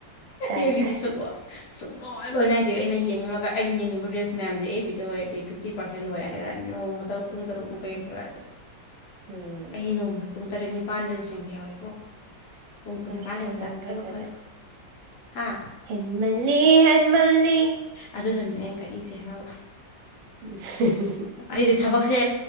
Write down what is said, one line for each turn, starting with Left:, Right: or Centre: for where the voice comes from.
Right: ꯆꯥꯏ
Left: ꯑꯦꯕꯤꯗꯤ
Right: ꯆꯥꯏ
Left: ꯁꯨꯛꯂꯣꯏ ꯁꯨꯡꯂꯣꯏ ꯂꯣꯏ ꯅꯥꯏꯗꯦ ꯑꯩꯅ ꯌꯦꯡꯉꯤ ꯃꯈꯩ ꯑꯩꯅ ꯌꯦꯡꯉꯤꯕ ꯔꯤꯜꯁ ꯃꯌꯥꯝꯁꯦ ꯑꯦꯐꯕꯤꯗ ꯑꯣꯏꯔꯗꯤ ꯐꯤꯞꯇꯤ ꯄꯔꯁꯦꯟ ꯂꯣꯏꯔꯦ ꯍꯥꯏꯔꯛꯅꯤ ꯅꯣꯡꯃꯗ ꯄꯨꯡ ꯇꯔꯨꯛ ꯃꯨꯛꯀ ꯌꯦꯡꯈꯠꯂꯛꯑꯗꯤ
Right: ꯎꯝ
Left: ꯑꯩꯗꯤ ꯅꯣꯡꯃꯗ ꯄꯨꯡ ꯇꯔꯦꯠ ꯅꯤꯄꯥꯟ ꯔꯤꯜꯁ ꯌꯦꯡꯕ ꯌꯥꯎꯋꯤꯀꯣ ꯄꯨꯡ ꯀꯨꯟꯅꯤꯄꯥꯥꯟ
Right: ꯑꯁ
Left: ꯂꯩꯕꯗ
Right: ꯍꯦꯟꯃꯟꯈ꯭ꯔꯦꯗꯨꯗꯤ
Left: ꯈꯜꯂꯨ ꯈꯜꯂꯨ ꯍꯥ
Right: ꯍꯦꯟꯃꯜꯂꯤ ꯍꯣꯟꯃꯜꯂꯤ
Left: ꯑꯗꯨꯅꯅꯦ ꯑꯩꯅ ꯀꯛꯏꯁꯦ ꯍꯪꯉꯕ
Right: <unintelligible> <inaudible>
Left: ꯑꯩꯗꯤ ꯊꯕꯛꯁꯦ